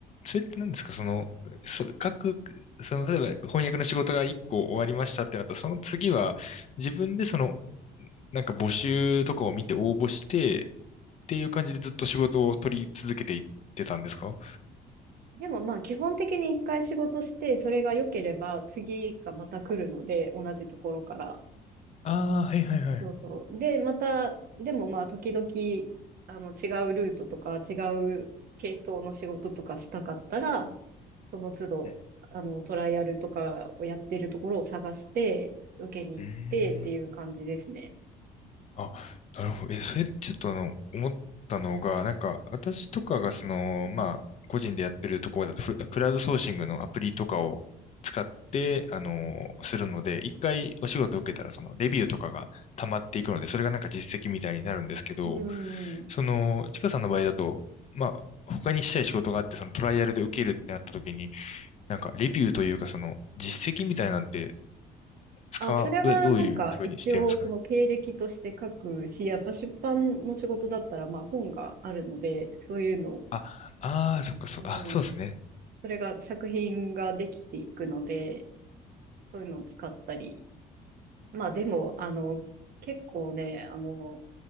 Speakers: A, on the left; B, on the right.
A: それって何ですかその、そ、各、その、例えば翻訳の仕事が1個終わりましたってなったら、その次は自分でその、なんか募集とかを見て応募してっていう感じでずっと仕事を取り続けていってたんですか
B: でもまあ基本的に一回仕事して、それが良ければ次がまた来るので、同じところから。
A: ああー、はいはいはい。
B: そうそう。で、また、でもまあ時々、あの違うルートとか違う系統の仕事とかしたかったら、その都度、
A: うん
B: あのトライアルとかをやってるところを探して、受けに行ってっていう感じですね。
A: うーん。あ、なるほど。え、それちょっとあの、思ったのが、なんか、私とかがその、まあ、個人でやってるところだと、フクラウドソーシングのアプリとかを使って、あの、するので、一回お仕事を受けたら、その、レビューとかが溜まっていくので、それがなんか実績みたいになるんですけど、
B: うん。
A: その、ちかさんの場合だと、まあ、他にしたい仕事があって、そのトライアルで受けるってなった時に、なんか、レビューというか、その、実績みたいなんて、使う、
B: あ、それはなんか一応その経歴として書くし、
A: どう、どういうふうにしてるんですかね。
B: やっぱ出版の仕事だったらまあ本があるので、そういうのを、
A: あ、ああ、そっか、そう、
B: うん、
A: あ、そうですね。
B: それが作品ができていくので、そういうのを使ったり。まあでも、あの、結構ね、あの、